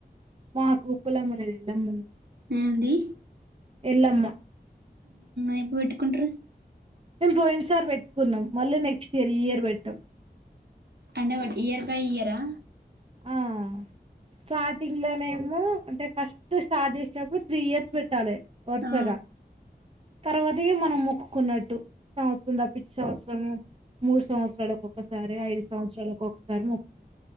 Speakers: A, on the right; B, on the right.
A: మాకుప్పలమ్మనేది ఎల్లమ్ముంది
B: ఏ ఉంది
A: ఎలమ్మా
B: ఇ పో పెట్టుకుంట
A: మేము పోయిన సార్ పెట్టుకున్నాం మళ్ళీ నెక్స్ట్ ఇయర్ ఈ ఇయర్ పెట్టాం
B: అండవాడు ఇయర్ బై ఇయరా
A: ఆ స్టార్టింగ్ లోనేమో అంటే ఫస్ట్ స్టార్ట్ చేసటప్పుడు త్రీ ఇయర్స్ పెట్టాలి వర్సగా
B: ఆ
A: తర్వాత మనం మొక్కున్నట్టు వస్తుందా పిచ్చస్తు మూడు సంవత్సరాలకుక్కసారి ఐదు సంవత్సరాలకుక్కసారి మొక్కుతుంది